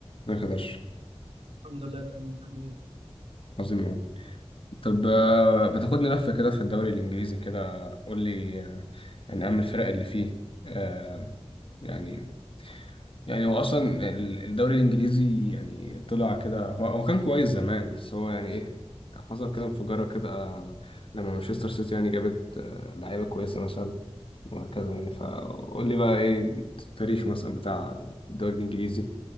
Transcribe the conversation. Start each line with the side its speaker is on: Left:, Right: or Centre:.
Left: ما قدرش
Right: الحمد لله تمام انت عامل ايه
Left: عظيم أوي طب آه، ما تاخدني لفة كده في الدوري الإنجليزي كده قول لي آه، يعني أهم الفرق اللي فيه آه، يعني يعني هو أصلا ال- الدوري الإنجليزي يعني طلع كده هو, هو كان كويس زمان بس هو يعني إيه حصل كده انفجارة كده آه، لما مانشستر سيتي يعني جابت آه، لعيبة كويسة مثلا وهكذا يعني فقول لي بقى إيه التاريخ مثلا بتاع الدوري الإنجليزي